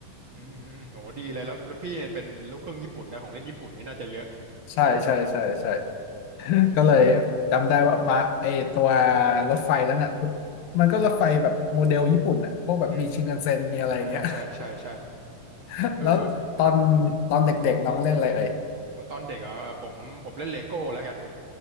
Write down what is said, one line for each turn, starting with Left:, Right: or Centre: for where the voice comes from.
Right: อืมอืมโหดีเลยแล้วแล้วพี่เนี่ยเป็นลูกครึ่งญี่ปุ่นนะของเล่นญี่ปุ่นนี่น่าจะเยอะ
Left: <laughs> ใช่ใช่ใช่ใช่ <laughs> ก็เลย
Right: โห
Left: จำได้ว่ามาไอตัวรถไฟนั้นอ่ะมันก็รถไฟแบบโมเดลญี่ปุ่นอ่ะพวกแบบมีชินคันเซ็นมีอะไรอย่างเงี้ย
Right: อืมอ่าใช่ใช่ใช่
Left: <laughs>
Right: เออ
Left: แล้วตอนตอนเด็กๆน้องเล่นอะไรเอ่ย
Right: โหตอนเด็กอ่ะผมผมเล่นเลโก้แล้วกัน